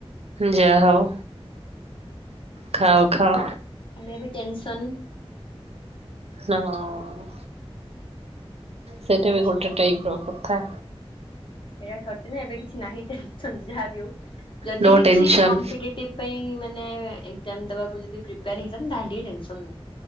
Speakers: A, on the right; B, on the left.
A: ଯା ହଉ। ଖାଅ ଖାଅ
B: ମେ ବି ଟେନସନ୍।
A: ହଁ। ସେଟା
B: ସେଇଟା
A: ବି ଗୋଟେ ଟାଇପ୍ ର କଥା।
B: ସେଇଟା ସରିଚି ନା ଏବେ କିଛି ନାହିଁ ଟେନସନ୍। ଯାହା ବିି ଆଉ ଯଦି
A: ନୋ
B: କିଛି
A: ଟେନସନ
B: କମ୍ପିଟେଟିଭ୍ ପାଇଁ ମାନେ ଏଜ୍ଜାମ୍ ଦେବାକୁ ଯଦି ପ୍ରିପେୟାର ହେଇଥାନ୍ତା ତାହେଲେ ଟିକେ ଟେନସନ୍